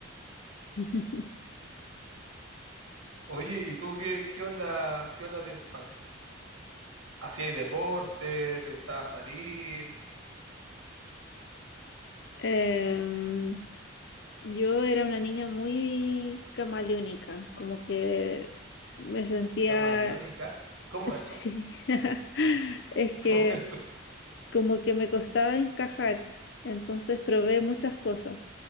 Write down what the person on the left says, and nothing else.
<laughs>
Em, yo era una niña muy camaleónica, como que me sentía,
<laughs> sí,
<laughs> es que...
como que me costaba encajar, entonces probé muchas cosas.